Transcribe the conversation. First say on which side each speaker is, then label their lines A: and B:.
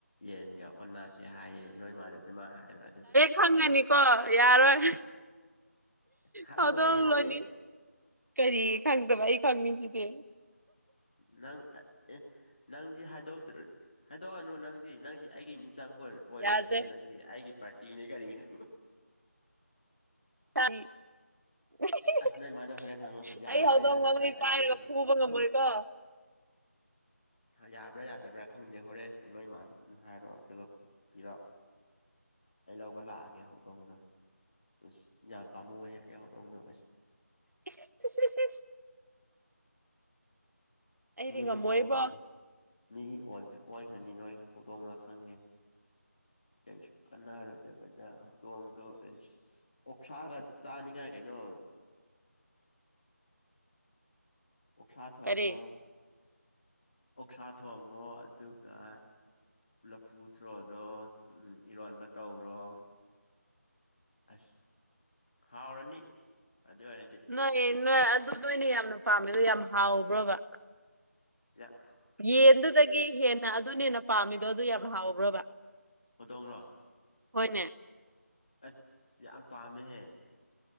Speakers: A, on the left (about 30°); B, on the right (about 75°).
A: ꯌꯦꯟꯒ ꯑꯣꯅꯥꯁꯦ ꯍꯥꯏꯌꯦ ꯅꯣꯏ ꯃꯥꯗ ꯑꯗꯨꯃ ꯍꯥꯏꯕ ꯑꯗꯨ
B: ꯈꯪꯒꯅꯤꯀꯣ ꯌꯥꯔꯣꯏ
A: ꯈꯪꯉꯣꯏꯌꯦꯅꯦ
B: ꯊꯗꯣꯛ ꯂꯣꯏꯅꯤ ꯀꯔꯤ ꯈꯪꯗꯕ ꯑꯩ ꯈꯪꯅꯤꯡꯁꯤꯗꯤ
A: ꯅꯪ ꯑꯦ <inaudible> ꯅꯪꯗꯤ ꯍꯥꯏꯗꯣꯛꯇ꯭ꯔ ꯍꯥꯏꯗꯣꯛꯑꯅꯨ ꯅꯪꯗꯤ ꯅꯪꯗꯤ ꯑꯩꯒꯤ ꯃꯤꯆꯪ ꯀ ꯑꯣꯏꯣꯏꯔ ꯑꯣꯏꯔꯁꯦ
B: ꯌꯥꯗ꯭ꯔꯦ
A: ꯅꯪꯗꯤ ꯑꯩꯒꯤ ꯄꯥꯔꯇꯤꯅꯦ ꯀꯔꯤꯅꯣ
B: ꯑꯩ <unintelligible>
A: ꯑꯁ ꯅꯣꯏ ꯃꯥꯗꯣ ꯍꯣꯔꯦꯟ ꯍꯪꯉꯣ ꯌꯥꯕ꯭ꯔꯥ
B: ꯑꯩ ꯍꯧꯗꯣꯡꯕꯣꯏ
A: ꯌꯥꯗꯕ꯭ꯔꯥ ꯑꯗꯨꯗꯤ
B: ꯄꯥꯏꯔꯒ
A: ꯈꯪꯗꯦ
B: ꯐꯨꯕ ꯉꯝꯃꯣꯏꯀꯣ
A: ꯌꯥꯕ꯭ꯔꯥ ꯌꯥꯗꯕ꯭ꯔꯥ ꯈꯪꯗꯦ ꯍꯣꯔꯦꯟ ꯅꯣꯏ ꯏ ꯃꯥꯗ ꯍꯥꯏꯔꯣꯑꯣ ꯑꯗꯨꯒ ꯄꯤꯔꯛꯑꯣ ꯑꯩ ꯂꯧꯕ ꯂꯥꯛꯑꯒꯦ ꯍꯧꯛ ꯍꯧꯗꯣꯡꯗꯣ ꯑꯁ ꯌꯥꯝ ꯄꯥꯝꯃꯨꯑꯣ ꯍꯦꯛ ꯑꯩꯍꯣꯗꯣꯡꯅꯣ ꯑꯁ
B: <unintelligible> <inaudible> ꯑꯩꯗꯤ
A: ꯃꯤꯒꯤꯈꯅꯤ
B: ꯉꯝꯃꯣꯏꯕꯣ
A: ꯃꯤꯒꯤ ꯀ ꯈꯟꯅꯤ ꯅꯣꯏ ꯍꯧꯗꯣꯡꯅ ꯈꯪꯉꯦ ꯀꯔꯤꯁꯨ ꯀꯟꯅꯔꯣꯌꯗꯕ ꯑ ꯍꯧꯇꯣꯡꯗꯨ ꯑꯩ ꯑꯣꯛꯁꯥꯒ ꯆꯥꯅꯤꯡꯉꯥꯏ ꯀꯩꯅꯣ ꯑꯣꯛꯁꯥ ꯊꯣꯡ
B: ꯀꯔꯤ
A: ꯉꯣ ꯑꯣꯛꯁꯥ ꯊꯣꯡꯉꯣ ꯑꯗꯨꯒ ꯂꯐꯨ ꯊ꯭ꯔꯣꯗꯣ ꯎ ꯏꯔꯣꯟꯕ ꯇꯧꯔꯣ ꯑꯁ ꯍꯥꯎꯔꯅꯤ ꯑꯗꯨ ꯑꯣꯏꯔꯗꯤ
B: ꯍꯣꯏ ꯅꯣꯏ ꯑꯗꯨꯗ ꯑꯣꯏꯅ ꯌꯥꯝꯅ ꯄꯥꯝꯃꯦ ꯑꯗꯨ ꯌꯥꯝ ꯍꯥꯎꯕ꯭ꯔꯣꯕ
A: ꯌꯥ <inaudible>
B: ꯌꯦꯟꯗꯨꯗꯒꯤ ꯍꯦꯟꯅ ꯑꯗꯨꯅ ꯍꯦꯟꯅ ꯄꯥꯝꯃꯤꯗꯣ ꯑꯗꯨ ꯌꯥꯝ ꯍꯥꯎꯕ꯭ꯔꯕ
A: ꯍꯧꯗꯣꯡ ꯔꯣ
B: ꯍꯣꯏꯅꯦ
A: ꯑꯁ ꯌꯥꯝ ꯄꯥꯝꯃꯦꯍꯦ